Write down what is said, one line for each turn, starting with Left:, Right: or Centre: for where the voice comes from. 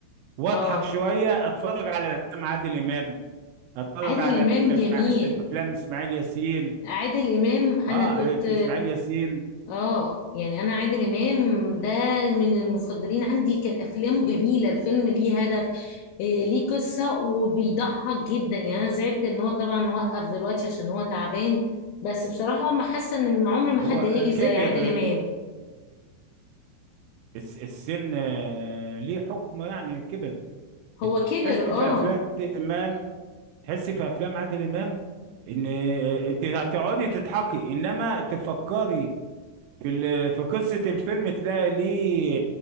Right: واضحك
Left: اه
Right: شوية اتفرج على افلام عادل امام اتفرج
Left: عادل
Right: على
Left: امام
Right: فيلم اسماعيل
Left: جميل
Right: افلام اسماعيل ياسين
Left: عادل امام انا
Right: اه
Left: كنت
Right: اسماعيل ياسين
Left: اه يعني انا عادل امام ده من المفضلين عندي كان افلامه جميله الفيلم ليه هدف إيه ليه قصه وبيضحك جدا يعني انا زعلت ان هو طبعا وقف دلوقتي عشان هو تعبان بس بصراحه هم حاسه ان عمر ما
Right: هو
Left: حد يجي زي
Right: كبر
Left: عادل امام
Right: ال- الس- السن آه، ليه حكم يعني كبر
Left: هو
Right: انت
Left: كبر
Right: تحس
Left: اه
Right: في افلام عادل امام تحس في افلام عادل امام ان آه، انت هتقعدي تضحكي انما تفكري في ال- في قصه الفيلم تلاقي ليه